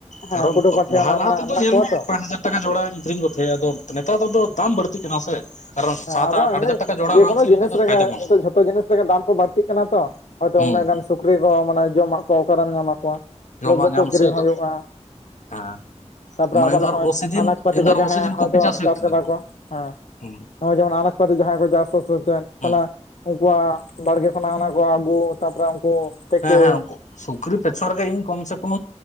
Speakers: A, on the left; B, on the left.
A: ᱦᱮᱸ
B: ᱠᱟᱨᱚᱱ
A: ᱠᱩᱰᱩ ᱯᱟᱴᱷᱮ
B: ᱞᱟᱦᱟ
A: ᱚᱱᱟ
B: - ᱞᱟᱦᱟ
A: ᱢᱮᱱᱟᱜ
B: ᱛᱮᱫᱚ
A: ᱢᱮᱱᱟᱜ
B: ᱧᱮᱞ
A: ᱠᱚᱣᱟ
B: ᱢᱮ
A: ᱛᱚ
B: ᱯᱟᱸᱪ ᱦᱟᱡᱟᱨᱼᱼᱼ ᱴᱟᱠᱟ ᱡᱚᱲᱟᱧ ᱟᱹᱠᱷᱨᱤᱧ ᱠᱚ ᱛᱟᱦᱮᱸᱜ ᱟᱫᱚ ᱱᱮᱛᱟᱨ ᱫᱚ ᱫᱟᱢ ᱵᱟᱹᱲᱛᱤᱜ ᱠᱟᱱᱟ ᱥᱮᱼᱼ ᱠᱟᱨᱚᱱ
A: ᱦᱮᱸ
B: ᱥᱟᱛ
A: ᱟᱫᱚ
B: ᱟᱴ
A: ᱮᱢᱱᱤ
B: ᱦᱟᱡᱟᱨ ᱴᱟᱠᱟ ᱡᱚᱲᱟ
A: ᱡᱮᱠᱳᱱᱳ
B: ᱵᱟᱝ ᱟᱹᱠᱷᱨᱤᱧ
A: ᱡᱤᱱᱤᱥ
B: ᱞᱮᱠᱷᱟᱱ ᱫᱚ
A: ᱨᱮᱜᱮ
B: ᱯᱷᱟᱭᱫᱟ ᱵᱟᱝᱼᱼᱼᱼᱼ
A: ᱱᱤᱛᱚᱜ ᱡᱷᱚᱛᱚ ᱡᱤᱱᱤᱥ ᱨᱮᱜᱮ ᱫᱟᱢ ᱠᱚ ᱵᱟᱹᱲᱛᱤᱼᱜ ᱠᱟᱱᱟ ᱛᱚ ᱦᱚᱭᱛᱚ
B: ᱦᱩᱸ
A: ᱩᱱᱟᱹᱜ ᱜᱟᱱ ᱥᱩᱠᱨᱤ ᱠᱚ ᱢᱟᱱᱮ ᱡᱚᱢᱟᱜ ᱠᱚ ᱚᱠᱟᱨᱮᱢ ᱧᱟᱢ ᱟᱠᱚᱣᱟ
B: ᱡᱚᱢᱟᱜ
A: ᱞᱚᱵᱩᱜ
B: ᱧᱟᱢ
A: ᱠᱚ ᱠᱤᱨᱤᱧ
B: ᱥᱮ ᱟᱫᱚ
A: ᱦᱩᱭᱩᱜᱼᱟ᱾
B: ᱦᱮᱸ
A: ᱛᱟᱯᱚᱨᱮ
B: ᱢᱟᱱᱮ
A: ᱟᱵᱟᱨ
B: ᱤᱧ
A: ᱱᱚᱜᱼᱚᱭ
B: ᱫᱚ ᱟᱨ ᱚᱥᱤᱡᱤᱱ
A: ᱟᱱᱟᱡᱯᱟᱹᱛᱤ
B: ᱤᱧ
A: ᱠᱚ
B: ᱫᱚ ᱟᱨ
A: ᱡᱟᱦᱟᱸᱭᱼᱟ
B: ᱚᱥᱤᱡᱤᱱ
A: ᱦᱚᱭᱛᱚ
B: ᱠᱚᱯᱤ ᱦᱩᱭᱩᱜ
A: ᱪᱟᱥ
B: ᱛᱤᱧᱟᱹ
A: ᱠᱟᱫᱟ
B: ᱛᱚ
A: ᱠᱚ ᱦᱮᱸ
B: ᱦᱩᱸ
A: ᱱᱚᱜᱼᱚᱭ ᱡᱮᱢᱚᱱ ᱟᱱᱟᱡᱯᱟᱛᱮ ᱡᱟᱦᱟᱸᱭ ᱠᱚ ᱪᱟᱥᱼᱟ ᱥᱮ ᱪᱮᱫ ᱛᱟᱞᱮ
B: ᱦᱩᱸ
A: ᱩᱱᱠᱩᱣᱟᱼᱜ ᱵᱟᱲᱜᱮ ᱠᱷᱚᱱᱟᱜ ᱚᱱᱟ ᱠᱚ ᱟᱹᱜᱩ ᱛᱟᱯᱚᱨᱮ ᱩᱱᱠᱩ ᱛᱮᱠᱮ
B: ᱦᱮᱸ- ᱦᱮᱸ ᱩᱱᱠᱩ ᱥᱩᱠᱨᱤ ᱯᱮᱪᱷᱚᱱ ᱨᱮᱜᱮ ᱤᱧ ᱠᱚᱢ ᱥᱮ ᱠᱚᱢᱼᱼᱼ